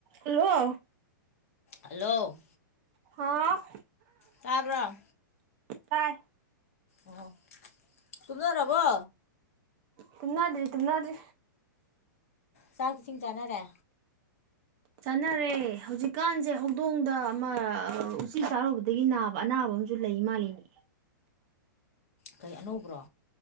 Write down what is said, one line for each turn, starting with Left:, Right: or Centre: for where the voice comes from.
Right: ꯍꯂꯣ꯫
Left: ꯍꯜꯂꯣ꯫
Right: ꯍꯥ
Left: ꯇꯥꯕ꯭ꯔꫭ꯫
Right: ꯇꯥꯏ꯫
Left: ꯑꯣ ꯇꯨꯝꯅꯔꯕꯣ꯫
Right: ꯇꯨꯝꯅꯗ꯭ꯔꯤ-ꯇꯨꯝꯅꯗ꯭ꯔꯤ꯫
Left: ꯆꯥꯛ ꯏꯁꯤꯡ ꯆꯥꯅꯔꯦ꯫
Right: ꯆꯥꯅꯔꯦ ꯍꯧꯖꯤꯛꯀꯥꯟꯁꯦ ꯍꯧꯗꯣꯡꯗ ꯑꯃ ꯎꯆꯤ ꯆꯥꯔꯨꯕꯗꯒꯤ ꯅꯥꯕ ꯑꯅꯥꯕ ꯑꯃ ꯖꯨ ꯂꯩ ꯃꯥꯂꯤꯅꯤ꯫
Left: ꯀꯔꯤ ꯑꯅꯧꯕ꯭ꯔꯣ꯫